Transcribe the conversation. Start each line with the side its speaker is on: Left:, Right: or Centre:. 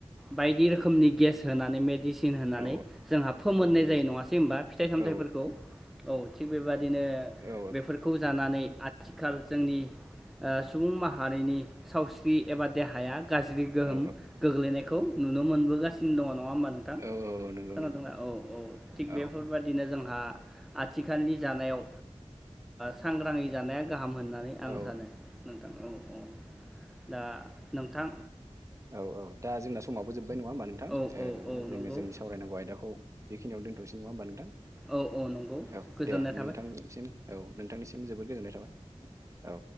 Centre: बायदि रोखोमनि गेस होनानै मे मेदिसिन होननानै
Right: औ
Centre: जोंहा फोमोननाय
Right: नंगौ
Centre: जायो नङासै होनबा फिथाय सामथाफोरखौ
Right: औ
Centre: औ थिख बेबादिनो बिदिनो
Right: औ
Centre: बेफोरखौ जानानै आथिखाल जोंनि सुबुं माहारिनि सावस्रि एबा देहाया गाज्रि गोहोम
Right: औ
Centre: गोग्लैनायखौ नुनो मोनबोगासिनो दङ नङा होनबा नोंथां
Right: औ औ नंगौ
Centre: खोनादोंना
Right: नंगौ
Centre: औ औ थिग
Right: औ
Centre: बेफोरबायदिनो। आथिखालनि जानायाव सांग्राङै जानाया। गाहाम होननानै आं
Right: औ
Centre: सानो नोंथां औ औ दा नोंथां।
Right: औ औ दा जोंना समावबो जोब्बाय नङा होमबा नोंथां
Centre: औ औ औ
Right: जोङो
Centre: नंगौ
Right: जोंनि सावरायनांगौ आयदाखौ बेखियाव दोनथ'सै नङा होनबा नोंथां।
Centre: औ औ नंगौ
Right: औ
Centre: गोजोननाय
Right: दे
Centre: थाबाय
Right: नोंथांसिम औ नोंथांनिसिम जोबोद गोजोननाय थाबाय। औ।